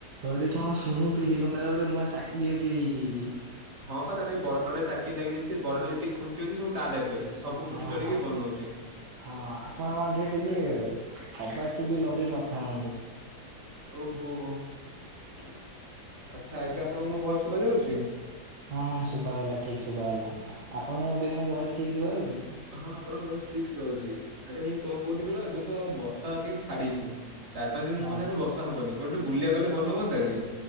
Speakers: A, on the right; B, on the right.
A: ହଉଦି କଣ ଶୁଣୁଥିଲି କଣ ତାର ଗୋଟେ ନୂଆ ଚାକିରି ବାକିରି ହେଇଯାଇଛି
B: ହଁ ବା ତାର ବଡଗଡରେ ଚାକିରି ଲାଗିଯାଇଛି ବଡଟା ଯେତିକି ଖୁଣ୍ଟି ଅଛି ସବୁ ତା ଦାୟିତ୍ୱରେ ସେ ସବୁ
A: ହଁ
B: ଖୁଣ୍ଟି ଚଢ଼ିକି
A: ହଁ
B: ବନଉଛି
A: ହଁ ଆପଣଙ୍କ ମଧ୍ୟ ଟିକେ ଟିକେ କବାଟ ଟିକେ ଲଗେଇକି କଥା ହୁଅନ୍ତୁ
B: ଓ ହଉ ହଉ ଆଚ୍ଛା ଏବେ ଆପଣଙ୍କୁ ମୋ ଭଏସ ଶୁଭା ଯାଉଛି
A: ହଁ ହଁ ଶୁବା ଗଲା ଠିକ୍ ଶୁଭା ଗଲା ଆପଣଙ୍କୁ ମଧ୍ୟ ମୋ ଭଏସ ଠିକ୍ ଶୁଭା ଯାଉଚି।
B: ହଁ ଆପଣଙ୍କ ଭଏସ୍ ଠିକ୍ ଶୁଭାଯାଉଛି ଏବେ ମୁଁ କଁ କହୁଥିଲି କହିଲ ଏବେ ତ ବର୍ଷା ଟିକେ ଛାଡିଚି। ଚାରି ପାଞ୍ଚ ଦିନ
A: ହଁ
B: ମୋ ହିସାବରେ ବର୍ଷା ହବନି କୁଆଡେ ଟିକେ ବୁଲିଆକୁ ଗଲେ ଭଲ ହୁଅନ୍ତାନି।